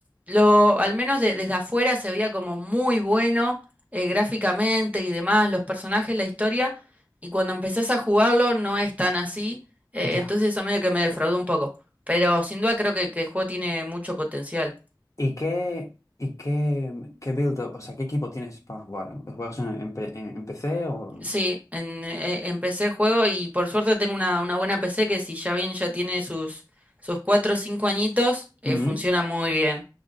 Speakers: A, on the right; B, on the left.
A: lo, al menos de- desde afuera se veía como muy bueno, eh, gráficamente y demás, los personajes, la historia, y cuando empezás a jugarlo no es tan así. Eh,
B: Ya.
A: entonces eso medio que me defraudó un poco. Pero sin duda creo que, que el juego tiene mucho potencial.
B: ¿Y qué, y qué, qué build up, o sea, qué equipo tienes para jugar? ¿Juegas en, en P- en- en PC o...?
A: Sí, en, eh, empecé el juego y por suerte tengo una, una buena PC que si ya bien ya tiene sus, sus 4 o 5 añitos, eh,
B: Ujú.
A: funciona muy bien.